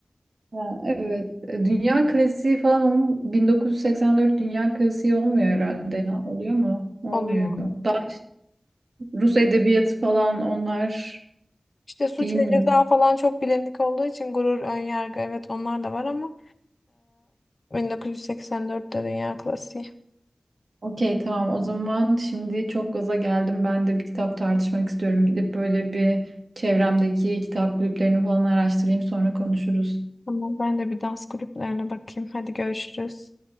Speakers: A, on the right; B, on the left.
A: Ha, evet. E, Dünya klasiği falan olm- 1984 dünya klasiği olmuyor herhalde ya. Oluyor mu? Olmuyor.
B: Oluyor.
A: Daha Rus edebiyatı falan onlar
B: İşte suç
A: değil
B: ve
A: mi?
B: ceza falan çok bilindik olduğu için gurur, önyargı evet onlar da var ama e, 1984'te dünya klasiği.
A: Okey tamam o zaman şimdi çok gaza geldim. Ben de bir kitap tartışmak istiyorum. Gidip böyle bir çevremdeki kitap kulüplerini falan araştırayım sonra konuşuruz.
B: Tamam ben de bir dans kulüplerine bakayım. Hadi görüşürüz.